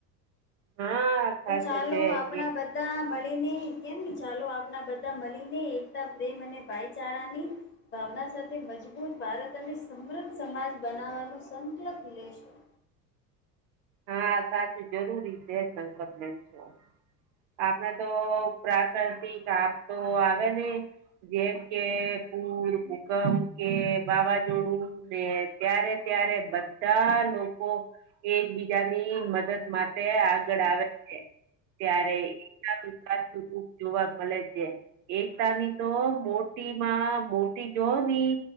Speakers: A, on the right; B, on the left.
A: હા. સાચું
B: તો ચાલો
A: છે
B: આપણા
A: કે
B: બ ધા મળીને કેન કે ચાલો આપણા બધા મલીને એકતા પ્રેમ અને ભાઈચારાની ભાવના સાથે મજબૂત ભારત અને સમૃદ્ધ સમાજ બનાવવાનો સંકલપ લેશું.
A: હા સાચું જરૂરી છે સંકલ્પ લઈ છો. આપણે તો પ્રાકૃતિક આપ તો આવે ને જેમ કે પુર, ભૂકંપ કે વાવાઝોડું ને ત્યારે ત્યારે બધા લોકો એકબી જાની મદદ માટે આગળ આવે છે. ત્યારે એ સારું સાચું રૂપ જોવા મળે છે. એકતાની તો મોટી માં મોટી જો ની